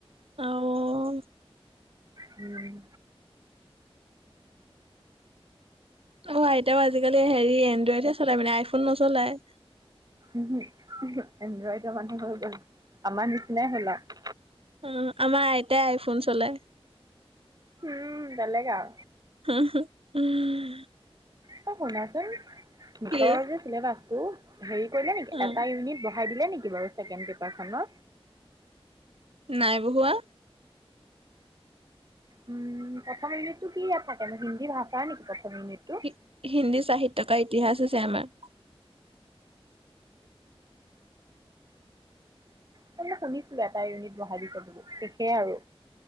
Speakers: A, on the right; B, on the right.
A: আ', অ,
B: উম',
A: অ', আইতাও আজিকালি হেৰি এনড্ৰইডহে চলাই মানে, আইফোন নচলায়।
B: উহু', ওহোঁ এনড্ৰইডৰ মানুহ হৈ গ'ল, আমাৰ নিচিনাই হ'ল আও।
A: অ', আমাৰ আইতাই আইফোন চলায়।
B: উম', বেলেগ আও।
A: হু, হু, উম,
B: এ', শুনাচোন। গীতৰ
A: কি?
B: যে চিলেবাছটো। হেৰি কৰিলে নেকি
A: অ'
B: এটা ইউনিট বঢ়াই দিলে নেকি বাৰু ছেকেন পেপাৰখনৰ?
A: নাই বঢ়োৱা?
B: উম', প্ৰথম ইউনিটটো কি ইয়াত থাকেনো, হিন্দী ভাচাৰ নেকি প্ৰথম ইউনিট টো?
A: হি হিন্দী চাহিত্য কা ইতিহাস হৈছে। আমাৰ <inaudible>
B: সে শুনিছিলো। এটা ইউনিট বহাই দিছে বুলি। শেষে আৰু